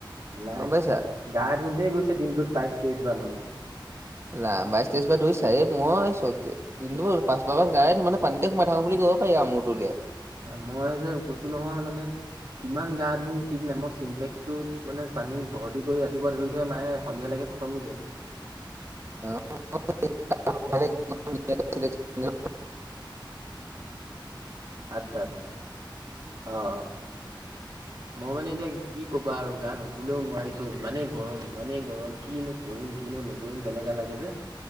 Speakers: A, on the right; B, on the right.
A: নাই
B: গম পাইছা
A: নাই, গা ধুওঁতেই গৈছে দিনটোত বাইশ তেইশ বাৰ মানকে।
B: ৰাম বাইশ তেইশ বা ধুইছাই মই চধ দিনটো পাঁচবা বাৰ গায়ে ধো মানে পানীতে সোমাই থাকো বুলি কব পাৰি মোৰটো যে।
A: মই যে কৈছো নহয় মানে- কিমান গা ধুওঁ ঠিক নাই মই চিন্টেক্সটোত মানে পানীত ভৰ্তি কৰি ৰাতিপুৱা ধুৱে থৈ মায়ে সন্ধিয়ালৈকে- খটম হৈ যায়।
B: <unintelligible>
A: আকৌ আচ্ছা আচ্ছা। অহ। মই মানে এতিয়া কি ক'বা আৰু গা নুধুলেও নোৱাৰিছো ইমানে গৰম ইমানে গৰম কিনো- কৰিম কিনো নকৰিম তেনেকুৱা লাগে যে।